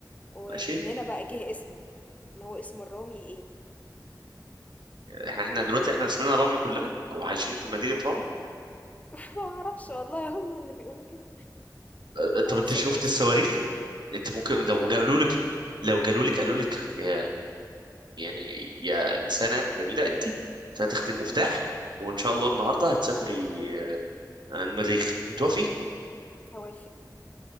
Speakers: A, on the left; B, on the right.
A: ومن
B: ماشي
A: هنا بقى جه اسمه إن هو اسمه الرامي إيه
B: احنا احنا دلوقتي احنا اسمنا رامي كلنا او عايشين في مدينة رامي
A: <laughs> معرفش والله هما اللي بيقولوا كده
B: اه، طب
A: هو
B: انت
A: سب
B: شفت
A: اسمه
B: الصواريخ انت ممكن لو
A: سوري
B: قالوا لك لو قالوا لك قالوا لك يا يعني يا انسانة جميلة انت انت هتاخدي المفتاح
A: مم.
B: وان شاء الله النهارده هتسافري اه، المريخ توافقي
A: هوافق